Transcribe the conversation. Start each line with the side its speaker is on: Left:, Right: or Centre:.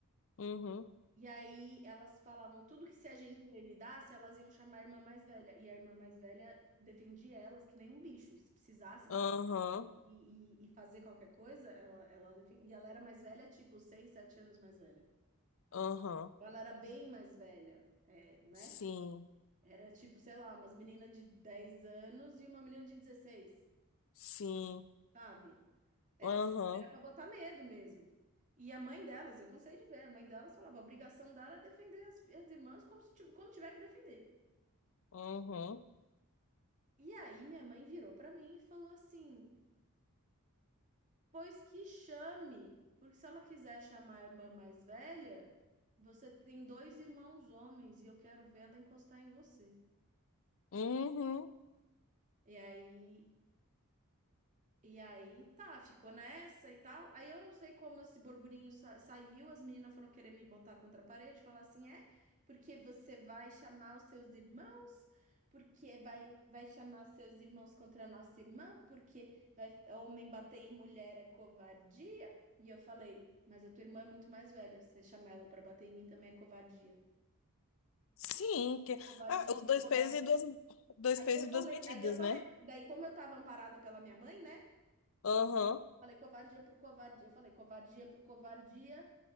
Left: Uhum,
Right: E aí elas falavam tudo que se a gente revidasse, elas iam chamar a irmã mais velha. E a irmã mais velha defendia elas que nem um bicho. E se precisasse bater
Left: aham,
Right: e, e, e fazer qualquer coisa, ela, ela defendia. E ela era mais velha, tipo, seis, sete anos mais velha.
Left: aham,
Right: Então, Ela era bem mais velha, é, né?
Left: sim,
Right: Era tipo, sei lá, umas meninas de 10 anos e uma menina de dezesseis
Left: sim,
Right: sabe? Era,
Left: aham,
Right: era pra botar medo mesmo. E a mãe delas, eu cansei de ver, a mãe delas falava, a obrigação dela é defender as, as irmãs como se, tiv- como tiver que defender.
Left: uhum,
Right: E aí minha mãe virou para mim e falou assim: "Pois que chame, porque se ela quiser chamar a irmã mais velha, você tem dois irmãos homens e eu quero ver ela encostar em você".
Left: uhum,
Right: E aí E aí, tá, ficou nessa e tal. Aí eu não sei como esse burburinho sa- saiu, as meninas foram querer me botar contra a parede, falar assim, é, porque você vai chamar os seus irmãos, porque vai, vai chamar os seus irmãos contra a nossa irmã, porque vai, homem bater em mulher é covardia. E eu falei, mas a tua irmã é muito mais velha, você chamar ela pra bater em mim também é covardia.
Left: sim, que,
Right: Covardia,
Left: ah, os dois
Right: covardia.
Left: pesos e duas, dois
Right: Aí
Left: pesos
Right: eu
Left: e
Right: falei,
Left: duas medidas,
Right: aí eu falei,
Left: né?
Right: porque daí como eu tava amparada pela minha mãe, né?
Left: Aham,
Right: Falei covardia por covardia. Falei covardia por covardia.